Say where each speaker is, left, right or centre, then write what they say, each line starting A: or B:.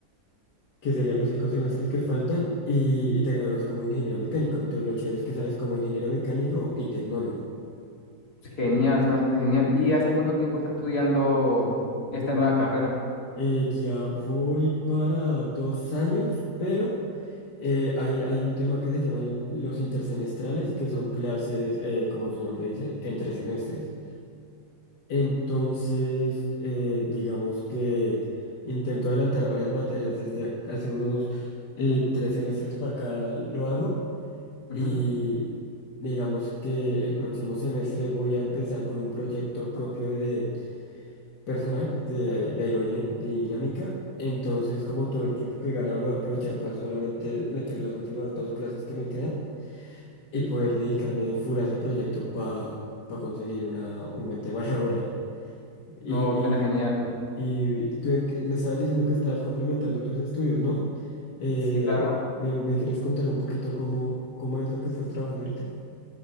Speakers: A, on the left; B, on the left.
A: que serían los cinco semestres que faltan y, y te gradúas como ingeniero mecánico. Entonces, lo chévere es que sales como ingeniero mecánico y tecnólogo.
B: Genial, suena bastante genial. ¿Y hace cuánto tiempo está estudiando esta nueva carrera?
A: Eh, ya voy para dos años, pero... Eh, hay, hay un tema que se llaman los intersemestrales, que son clases, eh, como su nombre dice, entre semestres. Entonces, eh, digamos que intento adelantar varias materias desde ha- hace unos eh, tres semestres para acá lo hago
B: Ujú.
A: y digamos que el próximo semestre voy a empezar con un proyecto propio de personal de, de aerodinámica. Entonces, como todo el tiempo que gana lo voy a aprovechar para solamente meter las últimas dos clases que me quedan y poder dedicarme full a ese proyecto para conseguir una, un buen tema <laughs> laboral. Y,
B: No, suena genial.
A: y, y tú en qué- me estabas diciendo que estabas complementando tus estudios, ¿no? Eh,
B: Sí, claro.
A: ¿me, me quieres contar un poquito cómo, cómo es lo que estás trabajando ahorita?